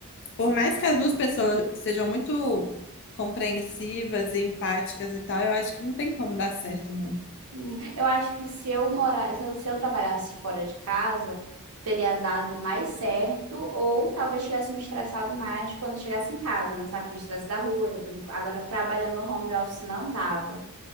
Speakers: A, on the left; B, on the right.
A: por mais que as duas pessoas sejam muito compreensivas e empáticas e tal, eu acho que não tem como dar certo, não.
B: Hum, Eu acho que se eu morar, se eu, se eu trabalhasse fora de casa, teria dado mais certo, ou talvez tivesse me estressado mais quando chegasse em casa, né? Sabe que estresse da rua, depois agora trabalhando no home office não dava.